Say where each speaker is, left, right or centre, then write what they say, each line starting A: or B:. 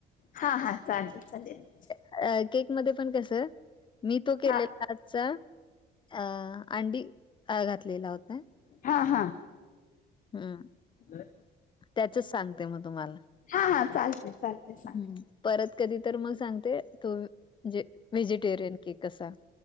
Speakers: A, on the left; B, on the left.
A: हा हा चालेल चालेलल
B: अ केक मध्ये पण कस मी तो केलेला
A: हा
B: आजच अ अंडी घातलेला होता
A: हा हा
B: हा
A: ब
B: त्याचच सांगते मग तुम्हाला
A: हा हा चालते चालते सांगा
B: हम् परत कधी तर मग सांगते तू म्हणजे व्हेजिटेरियन केक कसा